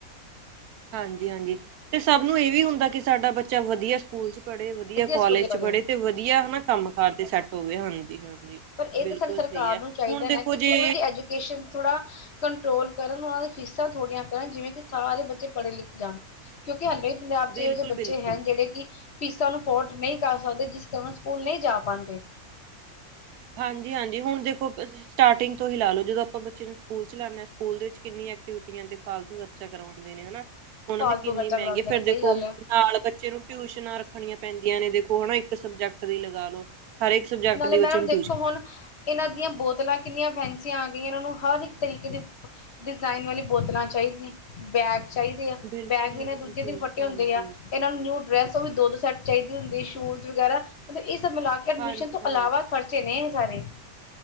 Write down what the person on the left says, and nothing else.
ਸਕੂਲੇ
ਪੜ੍ਹੇ।
ਪਰ ਇਹ
ਤਾਂ ਸਾਡੀ ਸਰਕਾਰ
ਨੂੰ ਚਾਹੀਦਾ
ਨਾ ਕਿ
ਥੋੜੀ ਜਿਈ ਐਜੂਕੇਸ਼ਨ ਥੋੜਾ ਕੰਟਰੋਲ ਕਰਨ ਉਹਨਾਂ ਦੀਆਂ ਫੀਸਾਂ ਥੋੜੀਆਂ ਕਰਨ ਜਿਵੇਂ ਕਿ ਸਾਰੇ ਬੱਚੇ ਪੜੇ-ਲਿਖੇ ਜਾਣ। ਕਿਉਂਕਿ ਹਾਲੇ ਵੀ ਪੰਜਾਬ
'ਚ ਇਹੋ-ਜਿਏ ਬੱਚੇ
ਹੈ ਜਿਹੜੇ ਕਿ ਫੀਸਾਂ ਨੂੰ ਅਫੋਰਡ ਨਈਂ ਕਰ ਸਕਦੇ ਜਿਸ ਕਾਰਨ ਉਹ ਸਕੂਲ ਨਈ ਜਾ ਪਾਂਦੇ
ਫਾਲਤੂ
ਖਰਚਾ
ਕਰਾਉਂਦੇ
ਨੇ
ਸਹੀ ਗੱਲ
ਹੈ
ਨਾਲੇ
ਮੈਡਮ
ਦੇਖੋ ਹੁਣ ਇਹਨਾਂ ਦੀਆਂ ਬੋਤਲਾਂ ਕਿੰਨੀਆਂ ਫੈਸੀਆਂ ਆ ਗਈਆਂ, ਇਹਨਾਂ ਨੂੰ ਹਰ ਇੱਕ ਤਰੀਕੇ ਦੀ ਡਿਜ਼ਾਇਨ ਵਾਲੀ ਬੋਤਲਾਂ ਚਾਹੀਦੀਆਂ, ਬੈਗ ਚਾਹੀਦੇ ਆ,
ਬੈਗ ਵੀ ਨਾ
ਦੂਜੇ ਦਿਨ ਫੱਟੇ
ਹੁੰਦੇ ਆ ਇਹਨਾਂ ਨੂੰ ਨਿਊ ਡਰੈਸ ਉਹ ਵੀ ਦੋ-ਦੋ ਸੈਟ ਚਾਈਦੇ ਹੁੰਦੇ ਏ ਸ਼ੂਜ਼ ਵਗੈਰਾ, ਮਤਲਬ ਇਹ ਸਭ ਮਿਲਾ ਕੇ ਐਡਮਿਸ਼ਨ
ਤੋਂ
ਇਲਾਵਾ ਖਰਚੇ ਨੇ ਇਹ ਸਾਰੇ।